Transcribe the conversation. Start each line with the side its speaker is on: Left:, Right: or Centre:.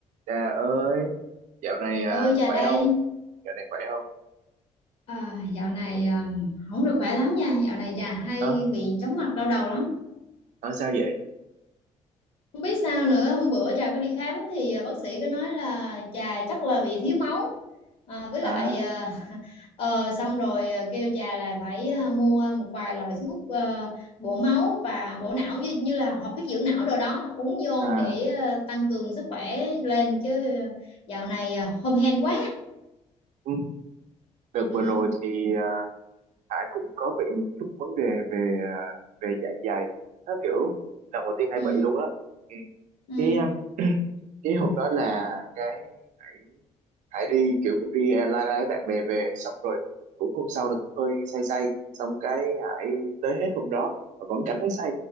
Right: Trà ơi, dạo này à,
Left: Bà ơi trà
Right: khỏe
Left: đây
Right: không? Dạo này khỏe không?
Left: à, dạo này à, không được khỏe lắm nha dạo này trà hay
Right: Ờ,
Left: bị chóng mặt đau đầu lắm
Right: nói sao vậy?
Left: không biết sao nữa hôm bữa trà có đi khám thì à, bác sĩ có nói là trà chắc là bị thiếu máu à, với lại
Right: À,
Left: à, <laughs> ờ, xong rồi à, kêu trà là phải à, mua một vài loại thuốc à, bổ máu và bổ não như, như là hoạt huyết dưỡng não đồ đó uống vô
Right: à,
Left: để à, tăng cường sức khỏe lên chứ dạo này à, hom hen quá
Right: ừ, đợt
Left: ừ,
Right: vừa rồi thì à, Hải cũng có bị một chút vấn đề về à, về dạ dày. Nó kiểu lần đầu tiên Hải
Left: ừ,
Right: bị luôn á. Ừ.
Left: ừ,
Right: Cái à, cái hôm đó là cái Hải Hải đi kiểu cũng đi à, lai lai với bạn bè về xong rồi cũng hôm sau là cũng hơi say say xong cái Hải tới hết hôm đó mà vẫn cảm thấy say